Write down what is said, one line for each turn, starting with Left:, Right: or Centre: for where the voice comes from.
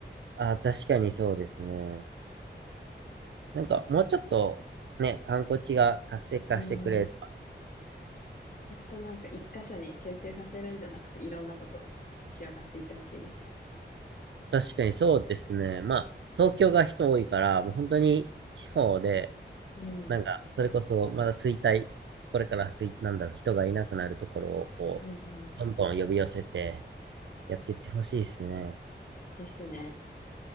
Right: ああ、確かにそうですね。なんか、もうちょっと、ね、観光地が活性化してくれれば。
Left: うん、ほんとなんか一箇所に集中させるんじゃなくて、いろんなところに広がっていってほしいですね。
Right: 確かにそうですね。まあ、東京が人多いから、もう本当に地方で、
Left: うん、
Right: なんか、それこそ、まだ衰退、これから衰、なんだろう、人がいなくなるところを、こう、
Left: うん、うん。
Right: どんどん呼び寄せて、やっていってほしいですね。
Left: ですね。